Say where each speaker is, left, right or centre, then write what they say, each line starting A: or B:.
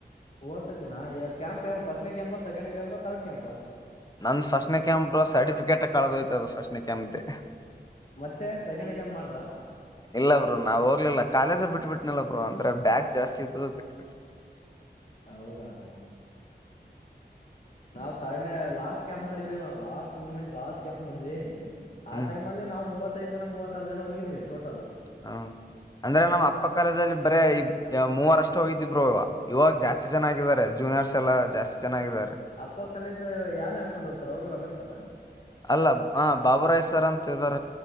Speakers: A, on the left; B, on the left.
A: ಓದಸತ್ತಿನ ಕ್ಯಾಂಪ್ ಯಾವ ಫಸ್ಟ್ನ ಕ್ಯಾಂಪ ಸೆಕೆಂಡ ಕ್ಯಾಂಪ ತರ್ಡ್ ಕ್ಯಾಂಪ
B: ನಂದ ಫಸ್ಟ್ನ ಕ್ಯಾಂಪ್ ಸರ್ಟಿಫಿಕೇಟ್ ಕಳೆದೋಯ್ತ ಫಸ್ಟ್ ನೆ ಕ್ಯಾಂಪಗೆ
A: ಮತ್ತೆ ಸೆಕೆಂಡ್ ಕ್ಯಾಂಪ್ ಮಾಡಿದ್ರ
B: ಇಲ್ಲ ಬ್ರೋ ನಾವ ಹೋಗ್ಲಿಲ್ಲ ಕಾಲೇಜ ಬಿಟ್ಬಿಟ್ಟನಿಲ್ಲ ಬ್ರೋ ಅಂದ್ರೆ ಬ್ಯಾಗ್ ಜಾಸ್ತಿ ಇದ ಬಿಟ್ು ಬಿಿಟ್ಟು
A: ಹೌದಾ ನಾವು ತನ ಲಾಸ್ಟ್ ಕ್ಯಾಂಪ್ ಮಾಡಿದೀವಿ ನಾವು ಲಾಸ್ಟ್ ಮೂಮೆಂಟ್ ಲಾಸ್ಟ್ ಕ್ಯಾಂಪ್ ಮಾಡಿದ್ವಿ ಆ
B: ಹ್ಮ್
A: ಟೈಮ್ ಅಲ್ಲಿ ನಾವುಮೂವತ್ತೈದು ಜನ ಮೂವತ್ತಾರು ಜನ ಹೋಗಿದ್ವಿ ಟೋಟಲ್
B: ಹ್ಮ ಅಂದ್ರೆ ನಮ್ಮ ಅಪ್ಪ ಕಾಲೇಜದಲ್ಲಿ ಬರೇ ಈ ಮೂವರಷ್ಟು ಹೋಗ ಬ್ರೋ ಇವ ಇವಾಗ ಜಾಸ್ತಿ ಚೆನ್ನಾಗಿದ್ದಾರೆ ಜೂನಿಯರ್ಸ್ ಎಲ್ಲ ಜಾಸ್ತಿ ಚೆನ್ನಾಗಿದ್ದಾರೆ
A: ಅಪ್ಪ ಕಪಕ್ಕದಲೇ ಇದ್ ಯಾರ್ ನಡ್ಕೊಂಡ್ ಹೋಗ್ತಾರ ಅವರು ರಮೇಶ್ ಅವರ
B: ಅಲ್ಲ ಹ ಬಾಬುರಾಯ್ ಸರ್ ಅಂತಾರ